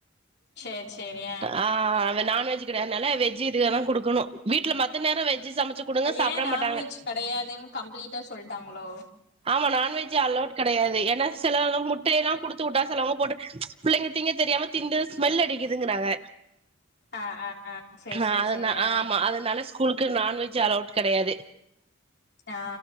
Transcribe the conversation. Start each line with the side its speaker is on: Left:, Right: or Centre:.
Left: சேரி சேரி
Right: ஆ இந்த நான்வெஜ் கெடையாதுனால வெஜ்ஜூ இதுகதா குடுக்கணு வீட்ல மத்த நேர வெஜ்ஜு சமச்சு குடுங்க சாப்ட
Left: ஏ நான்வெஜ்
Right: மாட்டாங்க
Left: கெடையாதுன்னு கம்ப்ளீட்டா சொல்ட்டாங்களோ
Right: ஆமா நான்வெஜ்ஜூ அலோட் கெடையாது ஏனா சிலவலா முட்டையலா குடுத்துவுட்டா சிலவங்க போட்டு பிள்ளைங்க திங்க தெரியாம திண்டு ஸ்மெல் அடிக்குதுங்கிறாங்க
Left: ஆ ஆ ஆ சேரி
Right: ஆ
Left: சேரி
Right: அதனா
Left: சேரி ஆ
Right: ஆமா அதனால ஸ்க் நான்வெஜ் அலோவ்ட் கெடையாது
Left: ஆ